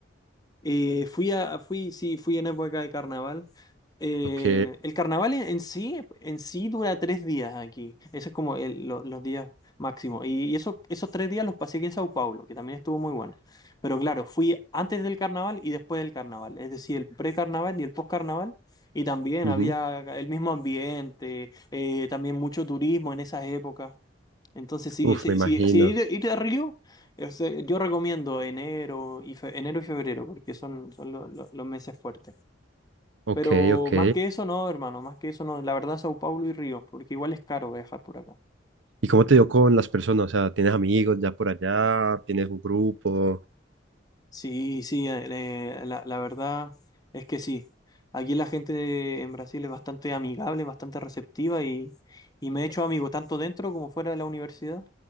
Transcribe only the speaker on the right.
Ok.
Ujú.
Uf,
me imagino.
Ok,
ok.
¿Y cómo te dio con las personas? O sea, ¿tienes amigos ya por allá? ¿Tienes un grupo?